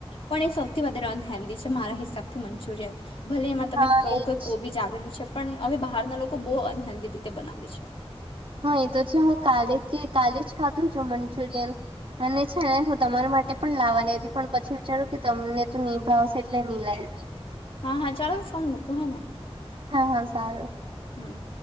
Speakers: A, on the left (about 60°); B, on the right (about 55°).
A: પણ એ સૌથી વધારે અન હેેલ્ધી છે મારા હિસાબથી મંચુરિયન. ભલે એમાં તમે
B: હા
A: કઉ કે કોબી જ આવેલું છે પણ હવે બહારના લોકો બહુ અનહેલ્ધી રીતે બનાવે છે.
B: હા એ તો છે હું કાલે કે કાલે જ ખાધું છે મંચુરિયન. અને છે ને હું તમારા માટે પણ લાવવાની હતી પણ પછી વિચારું કે તમને તો નહી ભાવશે. એટલે નહી લાવી
A: હા હા ચાલો ફોન મૂકું હે ને
B: હા હા સારું.
A: હમ્મ.